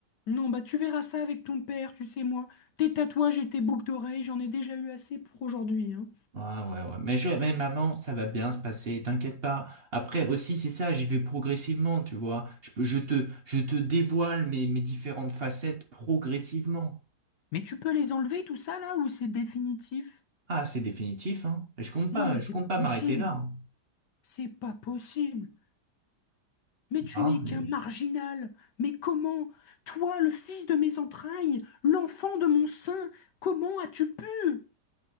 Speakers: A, on the left; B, on the right.
A: Non, bah tu verras ça avec ton père, tu sais, moi. Tes tatouages et tes boucles d'oreilles, j'en ai déjà eu assez pour aujourd'hui, hein.
B: Ah, ouais, ouais. Mais, je, mais maman, ça va bien se passer, t'inquiète pas. Après aussi, c'est ça, j'y vais progressivement, tu vois. Je, peux- je te, je te dévoile mes, mes différentes facettes progressivement.
A: Mais tu peux les enlever, tout ça, là, ou c'est définitif?
B: Ah, c'est définitif, hein. Je compte pas,
A: Non, mais
B: je
A: c'est
B: compte
A: pas
B: pas
A: possible.
B: m'arrêter là.
A: C'est pas possible. Mais tu
B: hein.
A: n'es
B: Hein,
A: qu'un marginal. Mais comment? Toi, le fils de mes entrailles, l'enfant de mon sein, comment as-tu pu?